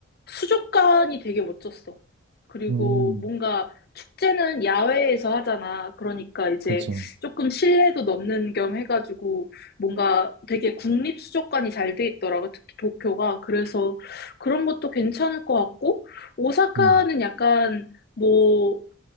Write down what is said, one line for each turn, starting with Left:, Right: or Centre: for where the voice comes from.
Left: 수족관이 되게 멋졌어. 그리고
Right: 음,
Left: 뭔가 축제는 야외에서 하잖아. 그러니까 이제
Right: 그치.
Left: 조금 실내도 넣는 겸 해가지고 뭔가 되게 국립 수족관이 잘 돼 있더라고. 특히 도쿄가. 그래서 그런 것도 괜찮을 것 같고, 오사카는
Right: 음.
Left: 약간 뭐